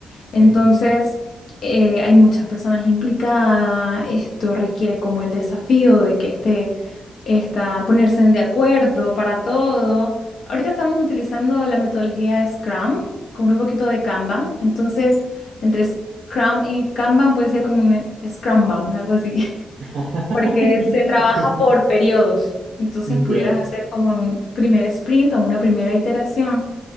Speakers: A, on the left (about 75°); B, on the right (about 65°).
A: Entonces,
B: Ujú.
A: eh, hay muchas personas implicadas. Esto requiere como el desafío de que esté, está ponerse en de acuerdo para todo. Ahorita estamos utilizando la metodología Scrum con un poquito de Kanban. Entonces, entre Scrum y Kanban puede ser como un Scrumban, algo así, <laughs>
B: <laughs>
A: porque se trabaja por periodos. Entonces,
B: Ya.
A: pudieras hacer como un primer sprint o una primera iteración